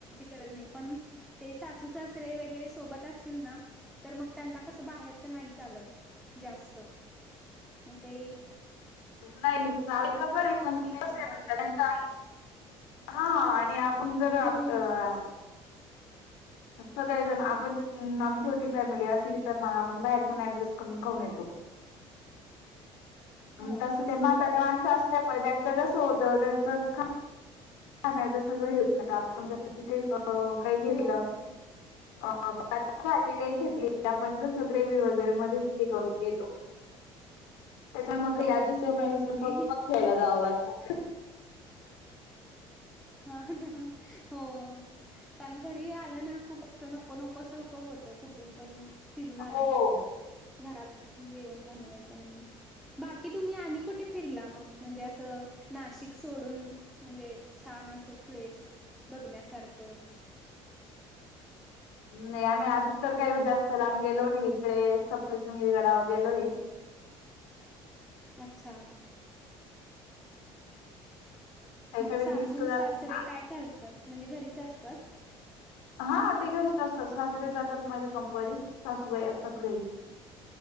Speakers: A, in the centre; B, on the left.
A: गरज नाई पण ते सासू सासरे वैगेरे सोबत असतील ना तर मग त्यांना कस बाहेरच नाही चालत जास्त मते
B: नाई नाई चाळीच
A: की कंटाळ येतोय.
B: <inaudible> हा आणि आपण जर आ
A: हम्म
B: <unintelligible> सगळेजण आपण आपली छोटी फॅमिली असली तर म आपण बाहेर पण ऍडजस्ट करून खाऊन येतो <inaudible>
A: हो हो
B: तस ते
A: तसच
B: म्हातारी
A: होत
B: माणसं असल्यामुळे त्यांचं कसं होतं त्यांच खाण्याच सगळं येऊन आपण जर तिथे अ काही घेतलं
A: हो हो
B: अ <unintelligible> आता भाजी नाही
A: हो
B: घेतली आपण कस ग्रेवी वगैरे मदेच ते करून गेतो त्याच्या मग
A: हो
B: या तिसऱ्या मेनेजमेंट खप
A: ते
B: मग ख्यायला जावं लागत
A: हा हो कारण का <unintelligible> आलं ना खूप अस नको नको सक होत कुठून पण फिरून
B: हो
A: आल्यानंतर घरात जेवण बनवायचं मणजे बाकी तुम्ही आणि कुटे फिरला मग म्हणजे असं नाशिक सोडून म्हणजे छान असं प्लेस बघण्यासारक
B: नाई आमी अजून तर काय जास्त लाब गेलो नाइ इकडे सप्तशृंगी गडावर गेलोय <unintelligible>
A: अच्छा
B: त्याच्या
A: मग
B: व्यतिरिक्त
A: सासू
B: जात-
A: सासरे काय कर म्हणजे घरीच असतत
B: हा ते घरीच असतात सासरे जातात माझे <unintelligible> सासूबाई असतात घरी <inaudible>